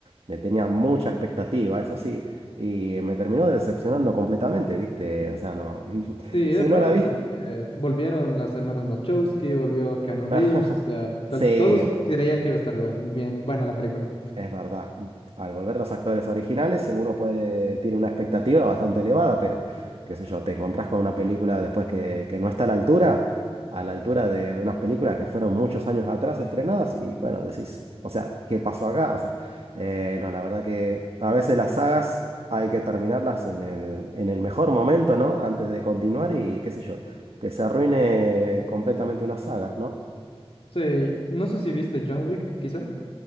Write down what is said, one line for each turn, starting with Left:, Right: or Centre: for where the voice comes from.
Right: le tenía mucha expectativa, eso sí, y me terminó decepcionando completamente, ¿viste? O sea, no, <laughs>
Left: Sí, es
Right: si
Left: raro
Right: no la viste...
Left: porque volvieron las hermanas Wachowski, volvió Keanu
Right: <laughs>
Left: Reeves, o sea, cual-
Right: Sí,
Left: todos creían que iba a estar buen- bien buena la película.
Right: Es verdad. Al volver los actores originales, uno puede, tiene una expectativa bastante elevada, pero qué sé yo, te encontrás con una película después que, que no está a la altura, a la altura de unas películas que fueron muchos años atrás estrenadas, y bueno, decís, o sea, ¿qué pasó acá? O sea, eh, no, la verdad que a veces las sagas hay que terminarlas en el, en el mejor momento, ¿no? Antes de continuar y qué sé yo, que se arruine completamente una saga, ¿no?
Left: Sí, no sé si viste John Wick, quizá.